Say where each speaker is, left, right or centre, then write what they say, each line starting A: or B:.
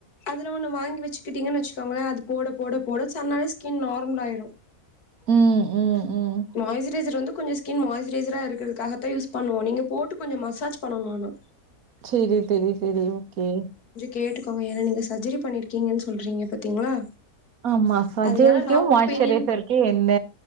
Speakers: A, on the left (about 80°); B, on the right (about 70°).
A: அதுல ஒண்ணு வாங்கி வச்சுக்கிட்டீங்கன்னு வச்சுங்கோங்களே அது போட போட போட சன்னாலே ஸ்கின் நார்மல் ஆயிரும்
B: ம் ம் ம்
A: மாயஸ்சுரைசர் வந்து கொஞ்சம் ஸ்கின் மாயஸ்சரைஸரா இருக்கிறதுக்காகதான் யூஸ் பண்ணுவோம் நீங்க போட்டு கொஞ்சம் மசாஜ் பண்ணனும்னுஆனா
B: சரி சரி சரி ஓகே
A: கேட்டுக்கோ ஏங்க சர்ஜரி பண்ணிருக்கீங்கன்னு சொல்றீங்க பாத்தீங்களா
B: ஆமா சஜைக்கும்
A: அதனால நா
B: மாய்ஸரைசர்க்கும்
A: ஒப்பீனியன்
B: என்ன